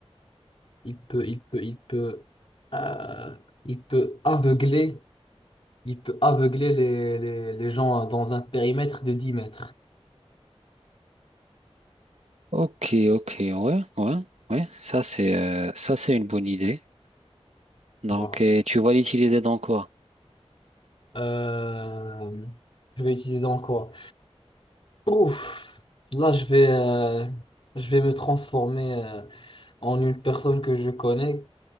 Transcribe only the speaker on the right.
Ok, ok, ouais, ouais, ouais. Ça, c'est euh, ça, c'est une bonne idée. Donc,
euh, tu vas l'utiliser dans quoi?